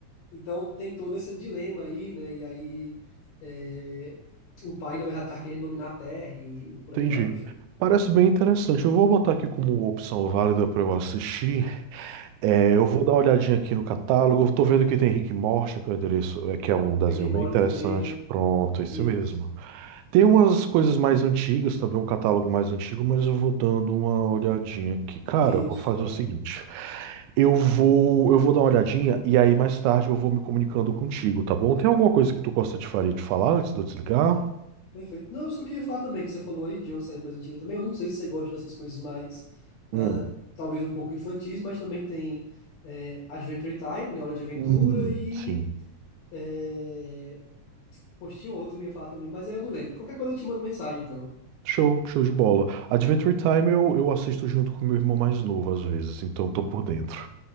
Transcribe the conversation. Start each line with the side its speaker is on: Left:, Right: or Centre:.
Left: então tem todo esse dilema aí, né? E aí é, o pai, na verdade, tá querendo dominar a Terra e por
Right: Entendi.
Left: aí vai, enfim.
Right: Parece bem interessante. Eu vou botar aqui como opção válida para eu assistir. É, eu vou dar uma olhadinha aqui no catálogo. Estou vendo que tem Rick e Morty, que é o endereço- é, que é um desenho
Left: Rick and
Right: bem
Left: Morty
Right: interessante.
Left: também é
Right: Pronto, é esse
Left: isso.
Right: mesmo. Tem umas coisas mais antigas, também um catálogo mais antigo, mas eu vou dando uma olhadinha aqui. Cara,
Left: Isso,
Right: eu vou fazer
Left: é
Right: o seguinte. Eu vou, eu vou dar uma olhadinha e aí mais tarde eu vou me comunicando contigo, tá bom? Tem alguma coisa que tu gosta de faria de falar antes de eu desligar?
Left: perfeito. Não, eu só queria falar também que você falou aí de uma série mais antiga também. Eu não sei se você gosta dessas coisas mais,
Right: Hum.
Left: ah, talvez um pouco infantis, mas também tem é, Adventure Time, né? Hora de Aventura
Right: Hum,
Left: e.
Right: sim.
Left: É... Poxa, tinha outro que eu ia falar também, mas aí eu não lembro. Qualquer coisa eu te mando mensagem, então.
Right: Show, show de bola. Adventure Time eu, eu assisto junto com meu irmão mais novo às vezes, então tô por dentro.